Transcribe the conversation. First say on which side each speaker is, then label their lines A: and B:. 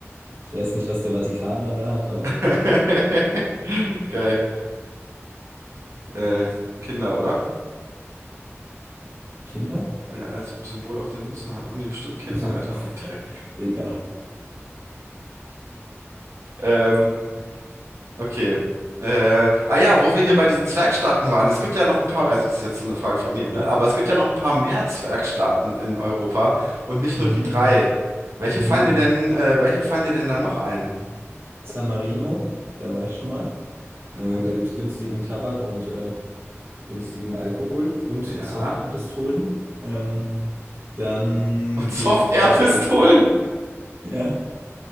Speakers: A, on the right; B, on the right.
A: ich weiß nicht, was der Vatikan dann da hat, aber
B: <laughs> Geil. Äh, Kinder, oder?
A: Kinder?
B: Ja, als Symbol auf den Münzen haben haben die bestimmt Kinder,
A: Also,
B: Alter, die Dreck.
A: <laughs> egal.
B: Ähm, okay. Äh, ah ja, wo wir hier bei diesen Zwergstaaten waren. Es gibt ja noch ein paar, also es ist jetzt so eine Frage von mir, ne? Aber es gibt ja noch ein paar mehr Zwergstaaten in Europa und nicht nur
A: Mhm.
B: die drei. Welche
A: Mhm.
B: fallen dir denn, äh, welche fallen dir denn da noch ein?
A: San Marino, da war ich schon mal.
B: Ja.
A: Äh, da gibt es günstigen Tabak und äh, günstigen Alkohol und
B: Ja.
A: Soft-Air-Pistolen. Ähm, dann
B: Und Soft-Air-Pistolen?
A: gibt es, ja,